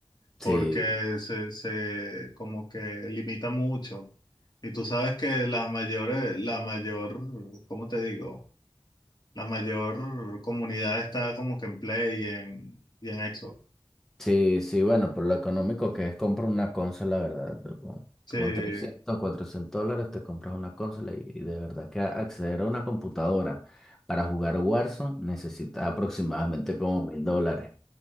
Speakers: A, in the centre; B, on the left (about 50°).
A: Sí.
B: porque se, se como que limita mucho. Y tú sabes que la mayor la mayor, ¿cómo te digo? La mayor comunidad está como que en Play y en, y en Xbox.
A: Sí, sí, bueno, por lo económico que es comprar una consola, ¿verdad? Pero Con,
B: Sí,
A: tú con 300, 400 dólares te compras una consola y, y de verdad que acceder a una computadora para jugar Warzone necesitas aproximadamente como mil dólares.